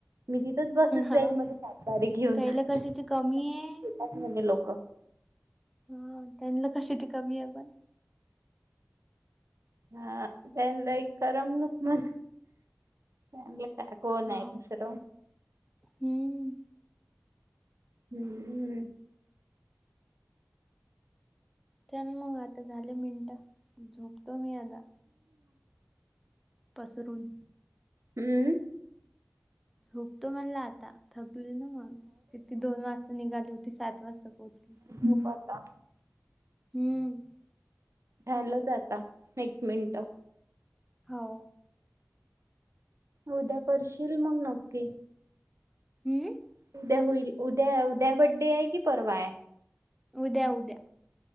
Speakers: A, on the right; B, in the centre.
A: मी तिथंच बसत जाईन
B: हो
A: म्हज
B: काय
A: सात बारी घेऊन
B: त्याला
A: <unintelligible>
B: कशाची कमी आहे
A: म्हणे लोक.
B: हा त्यांला कशाची कमी आहे पण,
A: हा त्यान एक करमनुक म्हण. फला काय कोन
B: हा
A: आहे दुसर,
B: हम्म
A: हम्म हम्म
B: चल मग आता झाले मिनटं झोपतो मी आता. पसरून
A: हम्म
B: झोपतो म्हणल आता थकली ना मग. तिथी दोन वाजता निघाली होती सात वाजता पोहोचली.
A: बघू आता
B: हम्म.
A: झालंच आता एक मिनट.
B: हो.
A: उद्या करशील मग नक्की?
B: अं
A: उद्या होईल उद्या उद्या बड्डे आहे कि परवा आहे?
B: उद्या उद्या.